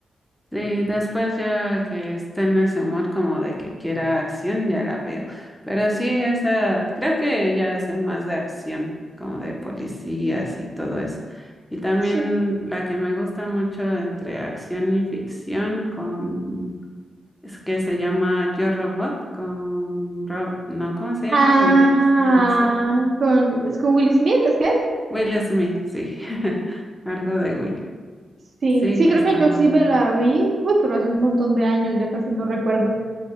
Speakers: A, in the centre; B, on the right.
A: Sí, después ya que esté en ese humor como de que quiera acción, ya la veo. Pero sí, esa, creo que ya hace más de acción, como de policías y todo eso. Y también
B: sí
A: la que me gusta mucho entre acción y ficción, con, es que se llama Yo Robot, con, Ro- no, ¿cómo se llama?
B: Ah,
A: Williams, algo así.
B: con, ¿es con Will Smith? ¿Es que es?
A: Will Smith, sí, <laughs> algo de Will.
B: Sí,
A: Sí,
B: sí,
A: que
B: creo
A: está
B: que yo
A: muy
B: sí
A: bueno.
B: me la vi. Uy, pero hace un montón de años, ya casi no recuerdo.